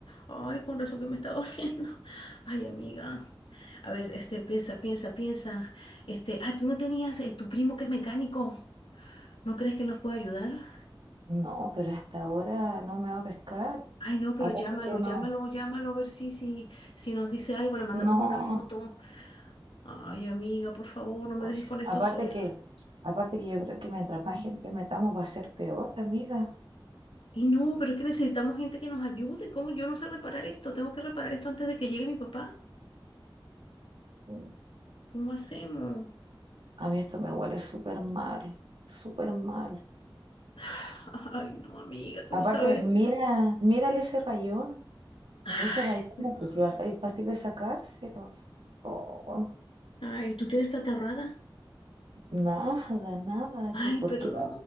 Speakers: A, on the left; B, on the right.
A: Ay, con razón que me está doliendo. <laughs> Ay, amiga. A ver, este, piensa, piensa, piensa. Este, ah, tú no tenías eh, tu primo que es mecánico. ¿No crees que nos puede ayudar?
B: No, pero hasta ahora no me va a pescar.
A: Ay, no, pero
B: Aparte
A: llámalo,
B: que no,
A: llámalo, llámalo, a ver si, si, si nos dice algo, le mandamos
B: no.
A: una foto. Ay, amiga, por favor, no me
B: Uy,
A: dejes con esto
B: Aparte
A: sola.
B: que, aparte que yo creo que mientras más gente metamos va a ser peor, amiga.
A: Y no, pero es que necesitamos gente que nos ayude. ¿Cómo yo no sé reparar esto? Tengo que reparar esto antes de que llegue mi papá.
B: Mm,
A: ¿Cómo hacemos?
B: A mí esto me huele súper mal, súper mal.
A: <sighs> Ay, no, amiga, tú
B: Aparte,
A: no sabes.
B: mira, mírale ese rayón.
A: Ay,
B: Ese rayón,
A: no.
B: pues si va a ser fácil de sacárselo. Oh,
A: Ay, ¿tú tienes plata ahorrada?
B: nada, nada. ¿Qué,
A: Ay,
B: por
A: pero
B: qué?
A: no,